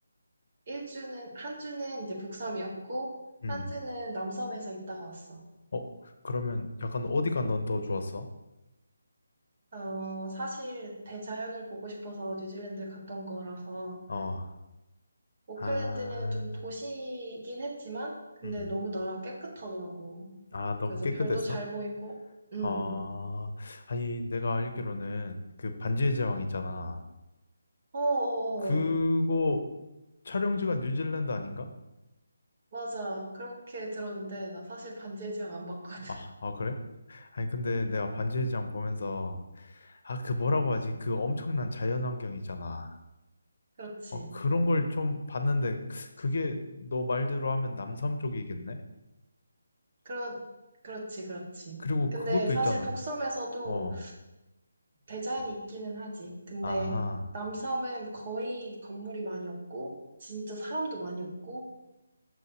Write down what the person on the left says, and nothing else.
음.
어, 그러면 약간 어디가 넌 더 좋았어?
어.
아.
음.
아, 너무
깨끗했어?
아.
아니, 내가 알기로는 그 반지의 제왕 있잖아.
그거 촬영지가 뉴질랜드 아닌가?
아, 아 그래? 아니, 근데 내가 반지의 제왕 보면서, 아, 그 뭐라고 하지? 그 엄청난 자연환경 있잖아.
어, 그런 걸 좀 봤는데, 그게 너 말대로 하면 남섬 쪽이겠네?
그리고
그것도
있잖아.
어,
아하.